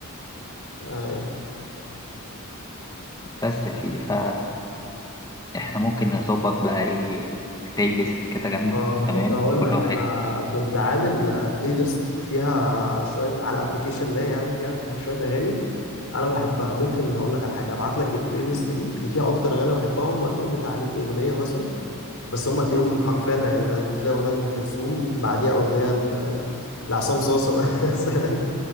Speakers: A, on the left; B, on the left.
A: آه، ايوه
B: بس يا سيدي ف إحنا ممكن نظبط بقى إيه بلاي ليست كده جامدة
A: اه كنت
B: تمام
A: هقول
B: كل
A: لك
B: واحد
A: انا كنت عامل آه، بلاي ليست فيها شويه على ابلكيشن ما يعني فيها شويه اغاني انا بحبها ممكن هقول لك على حاجه ابعت لك البلاي ليست دي دي فيها اكتر اغاني بحبها هم هتلاقيهم بتاع 100 اغنيه مثلا بس هم هتلاقيهم حرفيا يعني انت كنت تلاقي اغنيه لام كلثوم بعديها اغنيه ل- لعصام صاصه <laughs> مثلا